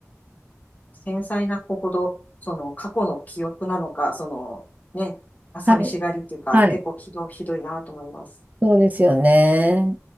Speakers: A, on the left; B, on the right.
A: 繊細な子ほど、その過去の記憶なのか、そのね、寂しがりっていうか、
B: はい。はい
A: 結構ひど、ひどいなと思います。
B: そうですよね。